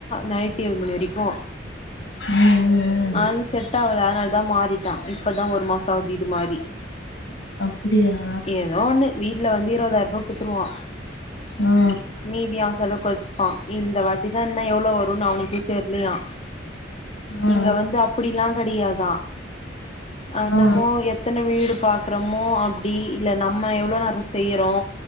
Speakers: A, on the left; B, on the left.
A: நைட் ஏழு மணி வரைக்கு
B: ம் ம் ம்
A: அது செட் ஆவாது அதுனாலதா மாறிட்டா இப்பதா ஒரு மாச ஆகுது இது மாரி
B: அப்டியா
A: ஏதோ ஒண்ணு வீட்ல வந்து இருபதாயிர்ரூபா குத்துருவா
B: ஆ
A: மீதி அவ செலவுக்கு வச்சுப்பா இந்த வாட்டிதா என்ன எவ்ளோ வரும்னு அவனுக்கே தெர்யலையா
B: ஆ ஆ
A: இங்க வந்து அப்டிலா கிடையாதா அந்தமோ
B: ஆ ஆ ஆ
A: எத்தன வீடு பாக்குறோமோ அ டி இல்ல நம்ம எவ்ளோ நேர செய்யறோ